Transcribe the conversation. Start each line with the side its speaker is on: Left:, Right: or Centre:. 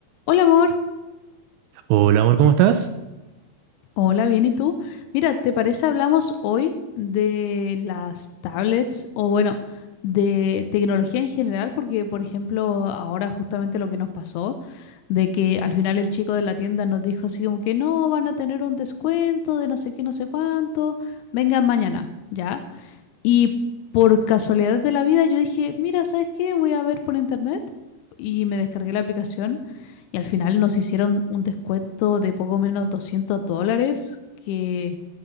Left: Hola amor,
Right: Hola amor, ¿cómo estás?
Left: hola, bien, ¿y tú? Mira, ¿te parece hablamos hoy de las tablets o bueno, de tecnología en general? Porque, por ejemplo, ahora justamente lo que nos pasó, de que al final el chico de la tienda nos dijo así como que no, van a tener un descuento de no sé qué, no sé cuánto, vengan mañana, ¿ya? Y por casualidad de la vida yo dije, mira, ¿sabes qué? Voy a ver por internet y me descargué la aplicación Y al final nos hicieron un descuento de poco menos 200 dólares, que